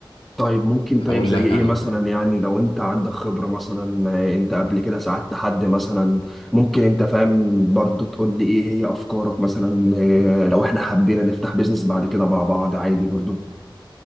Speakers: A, in the centre; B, on the left (about 85°).
A: طيب ممكن
B: هقول
A: طيب زي
B: لك
A: ايه
B: انا
A: مثلا يعني لو انت عندك خبرة مثلا آه، انت قبل كده ساعدت حد مثلا ممكن انت فاهم برضو تقول لي ايه هي افكارك مثلا آه، لو احنا حبينا نفتح بيزنس بعد كده مع بعض عادي برضو